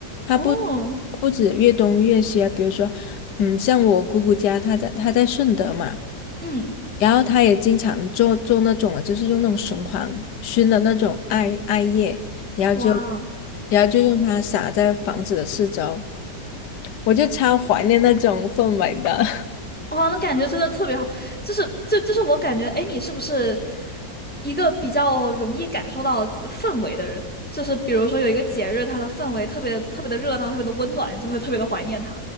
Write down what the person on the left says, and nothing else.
它不
不止粤东粤西啊，比如说，嗯，像我姑姑家，她在她在顺德嘛，
然后她也经常做做那种啊，就是用那种雄黄熏的那种艾艾叶，然后就
然后就用它撒在房子的四周，我就超怀念那种氛围的。<laughs>